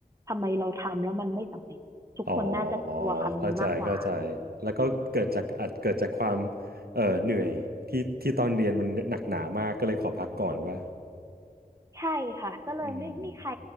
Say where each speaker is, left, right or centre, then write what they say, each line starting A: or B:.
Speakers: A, on the right; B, on the right.
A: ทำไมเราทำแล้วมันไม่สำเร็จ ทุกคนน่าจะกลัวคำนี้มากกว่า
B: อ๋อเข้าใจเข้าใจแล้วก็เกิดจากอาจเกิดจากความเอ่อเหนื่อยที่ที่ตอนเรียนมันหนักหนามากก็เลยขอพักก่อนว่า
A: ใช่ค่ะก็เลยไม่มีใคร
B: อืม